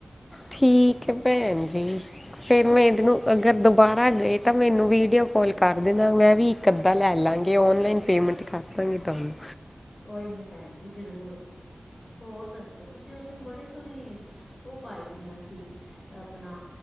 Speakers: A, on the left; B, on the left.
A: ਠੀਕ ਏ ਭੈਣ ਜੀ ਫੇਰ ਮੈਂ ਇਹਦ ਨੂੰ ਅਗਰ ਦੁਬਾਰਾ ਗਏ ਤਾਂ ਮੈਨੂੰ ਵੀਡੀਔ ਕਾਲ ਕਰ ਦੇਣਾ ਮੈਂ ਵੀ ਇੱਕ ਅੱਧਾ ਲੈ ਲਾਂਗੀ ਔਨਲਾਈਨ। ਪੇਮੈਂਟ ਕਰ ਦਾਂਗੀ ਤੁਹਾਨੂੰ।
B: ਕੋਈ ਨੀ ਭੈਣ ਜੀ, ਜ਼ਰੂਰ ਹੋਰ ਦੱਸੋ, ਤੁਸੀਂ ਔਸ ਦਿਨ ਬੜੇ ਸੋਹਣੇ ਔ ਪਾਈ ਦੀਆਂ ਸੀ ਆਪਣਾ